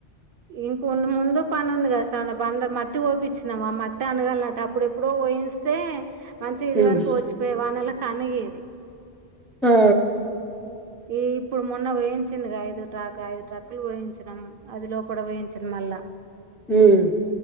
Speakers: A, on the right (about 65°); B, in the centre.
A: ఇంక వున్న ముందు పని ఉంది కదా షాన్న బండర్ మట్టి పోపించ్ చూసనవా ఆ మట్టే అనగలనట అప్పుడ ఎప్పుడు పోయిస్తే మంచిగా ఇది
B: ఉమ్
A: వరకు వచ్చిపోయే వానలాకు అనిగేది.
B: ఆ
A: ఈ ఇప్పుడు మొన్న వేయించింది ఐదు ట్రాక్ ఐదు ట్రక్కులు వేయించినాం అది లోపడ వోయించడం మళ్ళా
B: హ్మ్